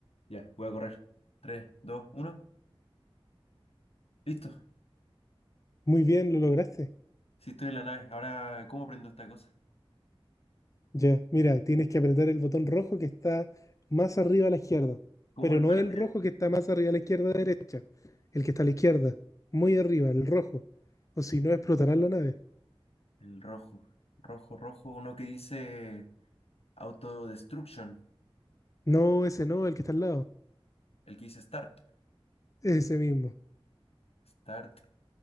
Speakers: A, on the left; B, on the left.
A: Ya, voy a correr. tres dos uno Listo.
B: Muy bien, lo lograste.
A: Sí, estoy en la nave. Ahora, ¿cómo prendo esta cosa?
B: Ya, mira, tienes que apretar el botón rojo que está más arriba a la izquierda,
A: ¿Cómo
B: pero
A: el
B: no
A: verde?
B: el rojo que está más arriba a la izquierda derecha, el que está a la izquierda, muy arriba, el rojo, o si no explotará la nave.
A: El rojo. Rojo, rojo. Uno que dice autodestruction.
B: No, ese no, el que está al lado,
A: El que dice start.
B: ese mismo.
A: Start.